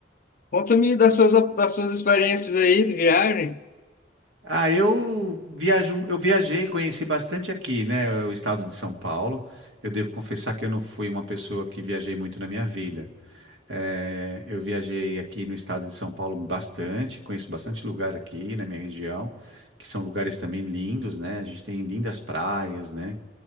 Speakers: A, on the left (about 50°); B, on the right (about 75°).
A: Conta-me das suas, das suas experiências aí de viagem.
B: Ah, eu viajo, eu viajei, conheci bastante aqui, né? O estado de São Paulo. Eu devo confessar que eu não fui uma pessoa que viajei muito na minha vida. É, eu viajei aqui no estado de São Paulo bastante, conheço bastante lugar aqui na minha região, que são lugares também lindos, né? A gente tem lindas praias, né?